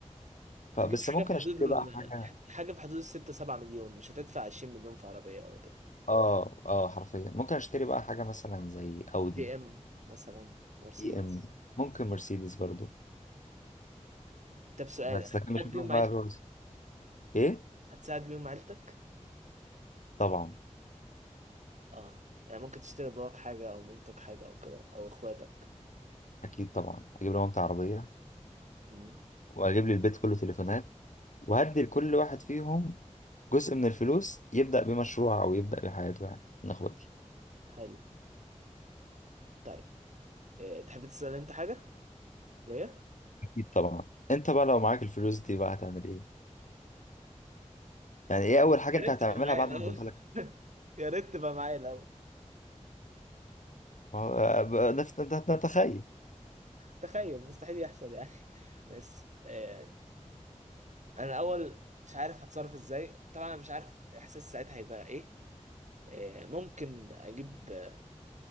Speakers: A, on the left; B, on the right.
A: فبس
B: تجيب حاجة
A: ممكن
B: في حدود
A: اشتري
B: ال...
A: بقى حاجه
B: حاجة في حدود الستة سبعة مليون مش هتدفع عشرين مليون في عربية ولا كده
A: اه اه حرفيا ممكن اشتري بقى حاجه مثلا زي اودي
B: بي إم مثلا مرسيدس
A: بي ام ممكن مرسيدس برضو
B: طب سؤال
A: بس
B: هتساعد
A: لكن مش هروح
B: بيهم
A: بقى
B: عيلتك؟
A: الرولز ايه
B: هتساعد بيهم عيلتك؟
A: طبعا
B: اه يعني ممكن تشتري باباك حاجة أو مامتك حاجة أو كده أو إخواتك
A: اكيد طبعا اجيب لمامتي عربيه
B: مم.
A: واجيب للبيت كله تليفونات وهدي لكل واحد فيهم جزء من الفلوس يبدا بمشروع او يبدا بحياته يعني من اخواتي
B: حلو طيب إيه، تحب تسأل أنت حاجة؟ ليه؟
A: اكيد طبعا انت بقى لو معاك الفلوس دي بقى هتعمل ايه يعني ايه اول حاجه
B: يا
A: انت
B: ريت
A: هتعملها
B: تبقى معايا
A: بعد ما
B: الأول
A: توصل لك
B: <laughs> يا ريت تبقى معايا الأول
A: ما هو- بقى نفس انت تتخيل
B: تخيل مستحيل يحصل يعني <laughs> بس آه أنا الأول مش عارف هتصرف إزاي طبعا أنا مش عارف إحساس ساعتها هيبقى إيه آه ممكن أجيب آه،